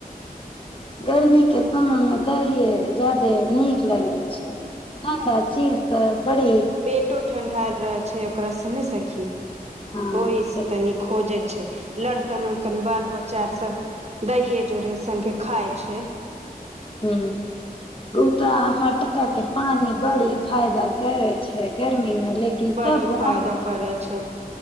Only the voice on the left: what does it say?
गर्मीके समयमे दहए ज्यादे नीक लगै छै ठण्डा चीज तऽ बड़ी
हँ
से
ह ओ त मटका के पानि बड़ी फायदा करै छै गर्मी एहिमेल कित
ब